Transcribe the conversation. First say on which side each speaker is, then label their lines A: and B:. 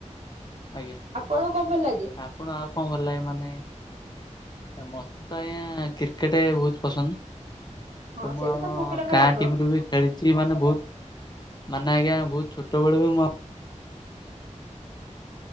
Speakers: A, on the left; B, on the right.
A: ଆଜ୍ଞା
B: ଆପଣଙ୍କୁ କଣ ଭଲ ଲାଗେ?
A: ଆପଣ ଆଉ କଣ ଭଲ ଲାଗେ ମାନେ? ଏ ମତେତ ଆଜ୍ଞା କ୍ରିକେଟ ବହୁତ ପସନ୍ଦ।
B: ହଁ
A: ତ ମୁଁ
B: ସେଇଟା
A: ଆମ
B: ପୁଅ ପିଲାଙ୍କର
A: ଗାଁ
B: ରାଗ।
A: ଟିମରୁ ବି ଖେଳିଛି ମାନେ ବହୁତ ମାନେ ଆଜ୍ଞା ବହୁତ ଛୋଟବେଳୁ ବି ମୁଁ